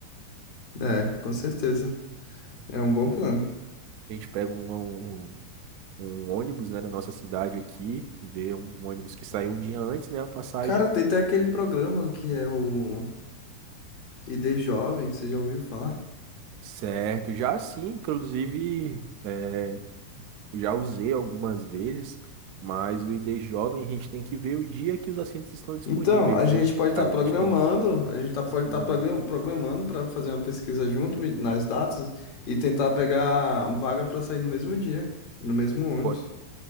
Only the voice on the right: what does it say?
A gente pega um, um, um um ônibus, né, da nossa cidade aqui, vê um ônibus que saiu um dia antes, né? A passagem.
Certo, já sim, inclusive. é, Já usei algumas vezes, mas o ID Jovem a gente tem que ver o dia que os assentos estão disponíveis,
né?
A
gente tem que.
Sim,
pode,